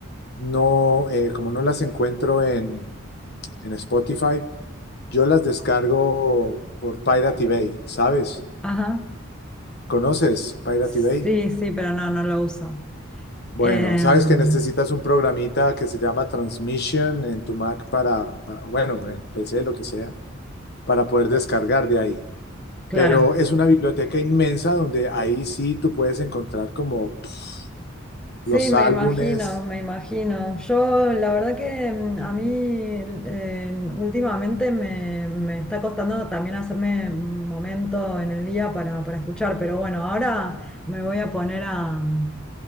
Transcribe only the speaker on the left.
no, eh, como no las encuentro en, en Spotify, yo las descargo por Pirate Bay, ¿sabes?
¿Conoces Pirate
Bay?
Bueno,
sabes que necesitas un programita que se llama Transmission en tu Mac para, para- bueno, en PC, lo que sea, para poder descargar de ahí.
Pero es una biblioteca inmensa donde ahí sí tú puedes encontrar como pf,
los
álbumes,